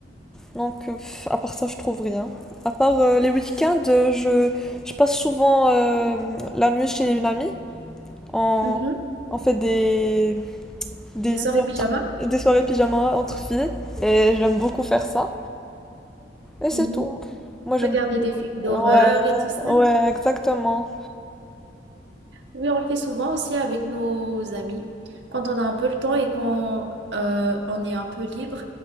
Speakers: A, in the centre; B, on the right.
A: Donc, euh, à part ça, je trouve rien. À part euh, les week-ends, euh, je, je passe souvent euh, la nuit chez une amie. On,
B: Mhm.
A: on fait des, des
B: Des soirées
A: nuits entre-
B: pyjama?
A: des soirées pyjama entre filles. Et j'aime beaucoup faire ça. Et c'est
B: Mhm.
A: tout. Moi, j'aime
B: Regarder des films
A: beaucoup.
B: d'horreur
A: Ouais,
B: et tout ça.
A: ouais, exactement.
B: Oui, on le fait souvent aussi avec nos amis. Quand on a un peu le temps et qu'on euh, on est un peu libre,